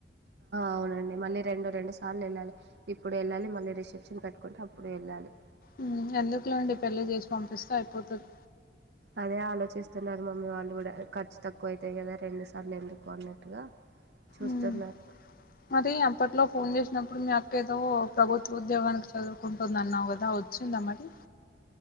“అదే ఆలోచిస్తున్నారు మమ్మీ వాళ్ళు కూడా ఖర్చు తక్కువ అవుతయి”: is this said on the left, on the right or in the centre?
Right